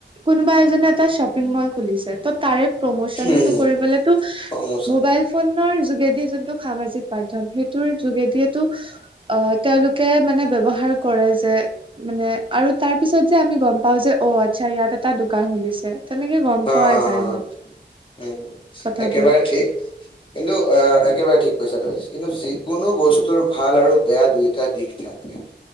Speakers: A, on the right; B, on the left.
A: কোনোবা এজনে এটা শ্বপিং মল খুলিছে ত' তাৰে প্ৰমোচনটো
B: উম
A: কৰিবলৈতো
B: প্ৰমোচন
A: ম'বাইল ফোনৰ যোগেদি যোনটো সামাজিক মাধ্যম, সেইটোৰ যোগেদিয়েইতো অ, তেওঁলোকে মানে ব্যৱহাৰ কৰে যে মানে আৰু তাৰ পিছত যে আমি গম পাও যে অ', আচ্ছা ইয়াত এটা দোকান খুলিছে। তেনেকে গম
B: অ অ অ
A: পোৱা যায় ন?
B: উম,
A: কথাবোৰ
B: একেবাৰে ঠিক কিন্তু আ একেবাৰে ঠিক কৈছা তুমি কিন্তু যিকোনো বস্তুৰ ভাল আৰু বেয়া দুয়টা দিশ থাকে।